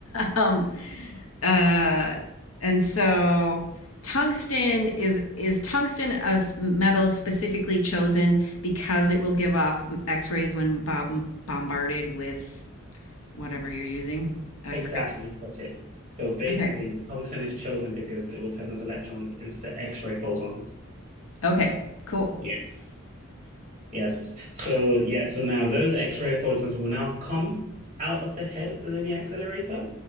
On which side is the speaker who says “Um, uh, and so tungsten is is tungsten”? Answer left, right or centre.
Left